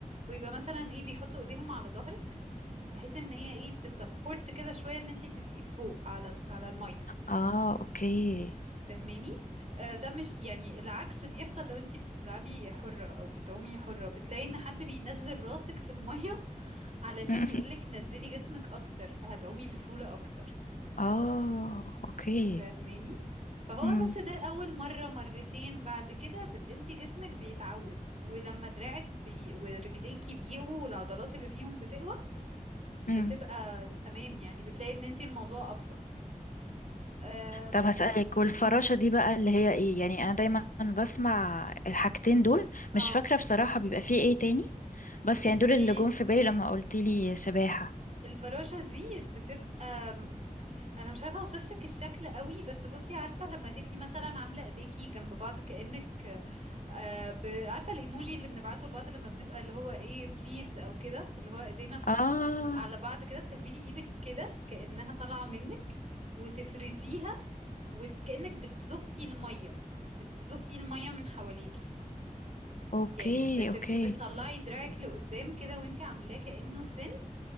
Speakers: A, on the right; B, on the left.
A: ويبقى مثلا ايه بيحطوا ايديهم على ظهرك بحيث ان هي ايه تسبورت كده شويه ان انت تبقي فوق على على الميه
B: آه أوكي
A: فاهماني آه، ده مش يعني العكس بيحصل لو انت بتلعبي حره او بتعومي حره بتلاقي ان حد بينزل راسك في الميه <laughs> علشان
B: <laughs>
A: يقولك نزلي جسمك اكتر فهتعومي بسهوله اكتر
B: آه أوكي
A: فاهماني فهو
B: مم.
A: بس ده اول مره مرتين بعد كده ب... انت جسمك بيتعود ولما دراعك بي... ورجليكي بيقووا والعضلات اللي فيهم بتقوى بتبقى
B: مم.
A: تمام يعني بتلاقي ان انت الموضوع ابسط آه بس
B: طب هسألك
A: الموضوع
B: والفراشة
A: امم
B: دي بقى اللي هي ايه يعني انا دايما بسمع الحاجتين دول
A: اه
B: مش فاكرة بصراحة بيبقى فيه ايه تاني بس يعني دول
A: دي
B: اللي جم في بالي لما قلتيلي سباحة
A: الفراشة دي بتبقى م، انا مش عارفة اوصف لك الشكل قوي بس بصي عارفة لما تبقي مثلا عاملة ايديكي جنب بعض كأنك آه ب... عارفة الايموجي اللي بنبعته لبعض لما بنبقى اللي هو ايه بليز او كده اللي هو ايدينا في...
B: اه
A: على بعض كده بتعملي ايدك كده كأنها طالعة منك وتفرديها وكأنك بتزقي المية بتزقي المية من حواليكي
B: اوكي
A: يعني بتف...
B: اوكي
A: بتطلعي دراعك لقدام كده وانتي عاملاه كأنه سن